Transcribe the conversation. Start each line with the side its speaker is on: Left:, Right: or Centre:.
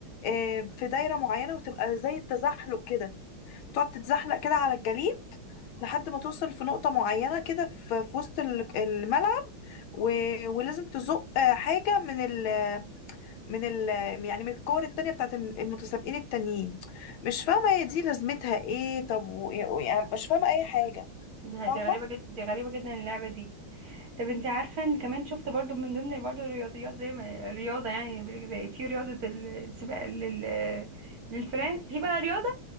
Left: آه في دايره معينه وتبقى زي التزحلق كده تقعد تتزحلق كده على الجليد لحد ما توصل في نقطة معينة كده في في وسط ال- الملعب و... ولازم تزق آه، حاجة من ال... من ال... يعني من الكور التانية بتاعت الم- المتسابقين التانيين مش فاهمة هي دي لازمتها ايه طب و... يعني مش فاهمة أي حاجة
Right: لا
Left: انت فاهمة؟
Right: دي غريبة جدا دي غريبة جدا اللعبة دي طب انت عارفة ان كمان شفت برضو من ضمن برضو الرياضيات زي ما الرياضة يعني بيقولك زي في رياضة السباق لل للفئران في بقى رياضة